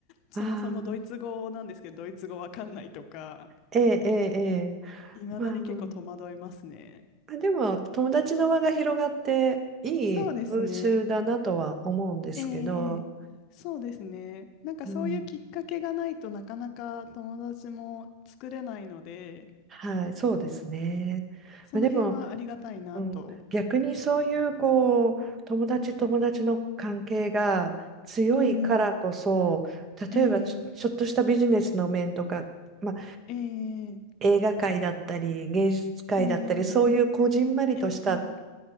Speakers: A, on the left (about 40°); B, on the right (about 25°).
A: そもそもドイツ語なんですけど、
B: ああ、
A: ドイツ語わかんないとか、
B: ええ、ええ、ええ
A: いまだに結構戸惑いますね。
B: まあ、まあでも友達の輪が広がっていい風習だなとは思うんですけど、
A: そうですね。ええ、そうですね。なんかそういうきっかけがないとなかなか友達も作れないので、
B: うん、はい、そうですね。
A: その辺はありがたいなと。
B: まあ、でも、うん、逆にそういうこう友達友達の関係が強いからこそ例えばちょ、
A: うんうん。ええ、
B: ちょっとしたビジネスの面とか、まあ、
A: ええ、
B: 映画界だったり芸術界だったりそういうこじんまりとした
A: ええ、ええ、